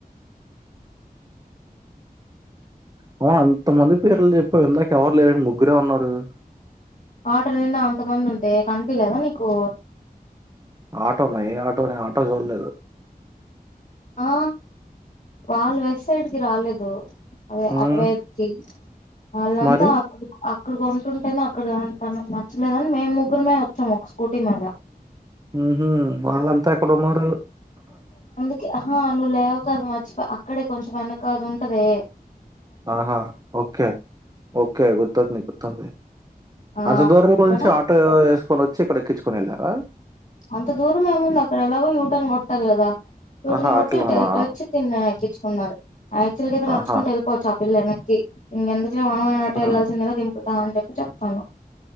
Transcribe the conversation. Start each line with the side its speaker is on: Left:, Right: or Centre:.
Right: అవును అంతమంది పేర్లు చెప్పావ్ ఇందాక ఎవరు లేరుని ముగ్గురే ఉన్నారు.
Left: ఆటర్ నిన్న అంతమంది ఉంటే కనిపలేదా నీకు.
Right: ఆటోన్నా ఏ ఆటోనే ఆటో చూడలేదు.
Left: ఆ వాళ్ళు వెస్ సైడ్కి రాలేదు. అ అదే
Right: హ్మ్
Left: అటవైపుకి వాళ్ళంతా
Right: మరి
Left: అక్కడ అక్కడ కొంటుంటేనే అక్కడ తనకు నచ్చలేదుని మేము ముగ్గురమే వచ్చాం ఒక స్కూటీ మీద.
Right: ఉహు వాళ్ళంతా అక్కడున్నారు.
Left: హా నువు లేవు క అక్కడే కొంచెం వెనక అది ఉంటది
Right: ఆహా ఓకే ఓకే గుర్తుంది గుర్తుంది
Left: ఆ
Right: అంత దూరం
Left: అక్కడ
Right: నుంచి ఆటో సుకొని వచ్చి ఇక్కడ ఎక్కించుకుని వెళ్ళారా
Left: అంత దూరం ఏముంది అక్కడ ఎలాగో యూటర్న్ గొట్టాలి గదా యు
Right: ఆహా
Left: టర్న్ గొట్ట
Right: అట్లనా
Left: ఇట్ ఇటొచ్చి తిన ఉన్నారు క్చుల్గ అయితే నడుచుకుంట
Right: ఆహా
Left: వెళ్ళొపోవచ్చు పల్ల కి ఇంగ ఎందు ఇ మనమైననాట
Right: హ్మ్.
Left: వెళ్లాల్సిగాిపుతా అని చెప్ప చెప్పను